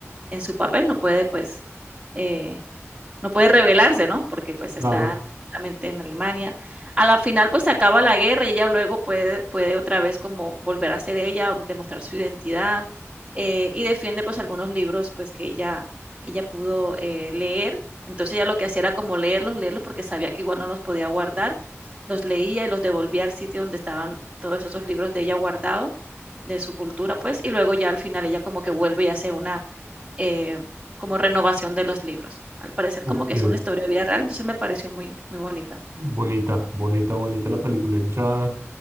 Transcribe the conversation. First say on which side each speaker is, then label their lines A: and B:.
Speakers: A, on the right; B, on the right.
A: en su papel, no puede pues eh, no puede rebelarse, ¿no? Porque, pues,
B: Claro.
A: está justamente en Alemania. A la final, pues, se acaba la guerra y ella luego puede puede otra vez como volver a ser ella, demostrar su identidad, eh, y defiende, pues, algunos libros, pues, que ella ella pudo, eh, leer. Entonces, ella lo que hacía era como leerlos, leerlos, porque sabía que igual no los podía guardar. Los leía y los devolvía al sitio donde estaban todos esos libros de ella guardado, de su cultura, pues, y luego ya al final ella como que vuelve y hace una, eh, como renovación de los libros. Al parecer
B: Ok.
A: como que es una historia de vida real, entonces me pareció muy, muy bonita.
B: Bonita, bonita, bonita la película. Hay mucha...